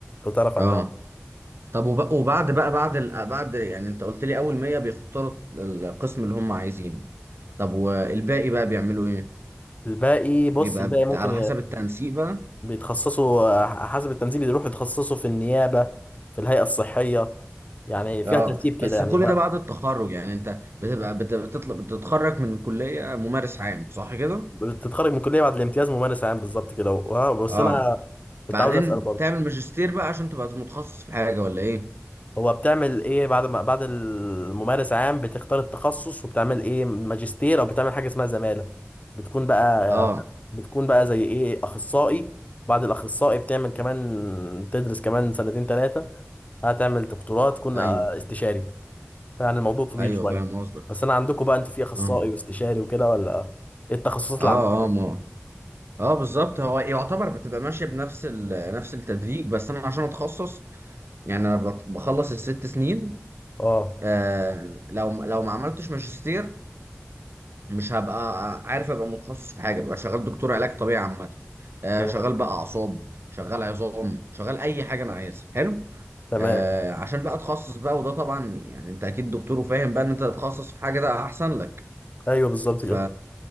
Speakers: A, on the left (about 30°); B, on the right (about 55°).
A: لو تعرف عنها
B: اه طب وب- وبعد بقى بعد ال... بعد يعني انت قلت لي اول 100 بيختاروا القسم اللي هم عايزينه طب والباقي بقى بيعملوا ايه
A: فالباقي بص
B: بيبقى
A: الباقي
B: بت-
A: ممكن
B: على حسب التنسيق بقى
A: بيتخصصوا آه، حسب التنسيب بيروحوا يتخصصوا في النيابة في الهيئة الصحية يعني فيها
B: اه
A: ترتيب كده
B: بس
A: يعني
B: كل
A: بقى-
B: ده بعد التخرج يعني انت بتبقى بت- بتطلب بتتخرج من الكلية ممارس عام صح كده
A: بتتخرج من الكلية بعد الامتياز ممارس عام بالظبط كده آه، بس
B: اه
A: أنا كنت
B: بعدين
A: عاوز أسأل برضه
B: بتعمل ماجستير بقى عشان تبقى متخصص في حاجة ولا ايه
A: هو بتعمل إيه بعد ما بعد الممارس عام بتختار التخصص وبتعمل إيه ماجستير أو بتعمل حاجة اسمها زمالة بتكون بقى
B: اه
A: بتكون بقى زي إيه أخصائي بعد الأخصائي بتعمل كمان تدرس كمان سنتين ثلاثة هتعمل دكتوراه تكون
B: ايوه
A: آه، استشاري يعني الموضوع طويل
B: ايوه
A: شويه
B: فاهم قصدك
A: بس انا عندكم بقى انتوا في اخصائي
B: اه
A: واستشاري وكده ولا ايه التخصصات
B: اه
A: اللي عندكم اصلا
B: اه ما اه بالظبط هو يعتبر بتبقى ماشيه بنفس ال... نفس التدريج بس انا عشان اتخصص يعني انا بخ- بخلص الست سنين
A: اه
B: آه لو لو ما عملتش ماجستير مش هبقى آه، عارف ابقى متخصص في حاجه ببقى شغال دكتور علاج طبيعي عامه آه
A: تمام
B: شغال بقى اعصاب شغال عظام شغال اي حاجه انا عايزها حلو
A: تمام
B: آه عشان بقى اتخصص بقى وده طبعا يعني انت اكيد دكتور وفاهم بقى ان انت تتخصص في حاجه ده احسن لك
A: ايوه بالظبط
B: ف...
A: كده